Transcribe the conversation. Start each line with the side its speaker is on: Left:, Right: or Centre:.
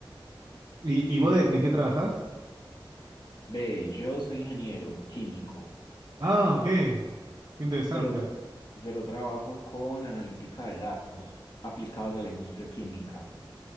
Right: ¿Y, y vos de, de qué trabajás?
Left: Ve, yo soy ingeniero químico.
Right: Ah, ok, qué interesante.
Left: pero, tra- pero trabajo con analítica de datos aplicados a la industria química.